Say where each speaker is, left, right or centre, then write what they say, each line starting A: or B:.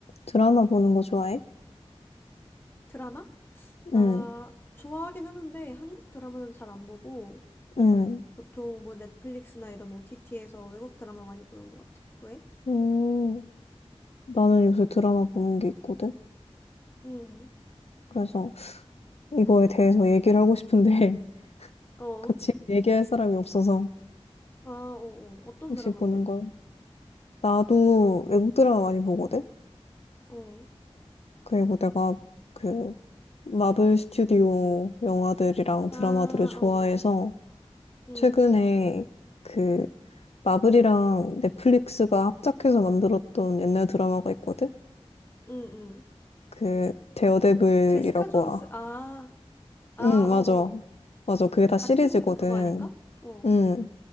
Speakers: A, on the left; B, on the left.
A: 드라마 보는 거 좋아해?
B: 드라마? 나
A: 응,
B: 좋아하긴 하는데 한국 드라마는 잘 안 보고
A: 응.
B: 보통 뭐 넷플릭스나 이런 OTT에서 외국 드라마 많이 보는 것 같아. 왜?
A: 음, 나는 요새 드라마 보는 게 있거든?
B: 응.
A: 그래서 이거에 대해서 얘기를 하고 싶은데 <laughs>
B: 어.
A: 같이 얘기할 사람이 없어서
B: 아, 어, 어. 어떤
A: 혹시
B: 드라마인데?
A: 보는 거 나도 외국 드라마 많이 보거든?
B: 어.
A: 그리고 내가 그 마블 스튜디오 영화들이랑
B: 아,
A: 드라마들을 좋아해서
B: 어, 어. 응.
A: 최근에 그 마블이랑 넷플릭스가 합작해서 만들었던 옛날 드라마가 있거든?
B: 응, 응.
A: 그 데어데블이라고
B: 제시카 존스.
A: 아,
B: 아, 아,
A: 응, 맞아.
B: 어, 어.
A: 맞아. 그게 다
B: 같은
A: 시리즈거든.
B: 그거 아닌가? 어.
A: 응.